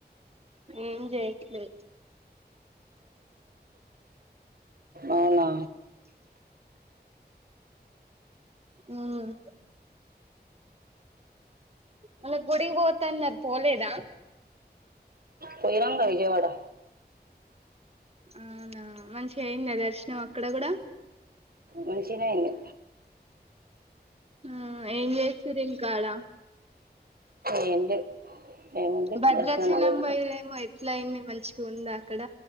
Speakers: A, on the right; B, on the right.
A: ఏం చెయ్యట్లే
B: అవునా
A: ఉమ్ మల్లా గుడికి పోత తన్నారు పోలేదా
B: పోయినాంగా విజయవాడ
A: అవునా మంచిగా అయింద దర్శనం అక్కడ కూడా
B: మంచిగానే అయింది
A: ఉమ్ ఏం చేసినారు ఇంకాడ
B: ఏం లేదు ఏముంది
A: భద్రాచలం
B: దర్శనం పోయి
A: పో ఏమో ఎట్లా అయింది మంచిగా ఉందా అక్కడ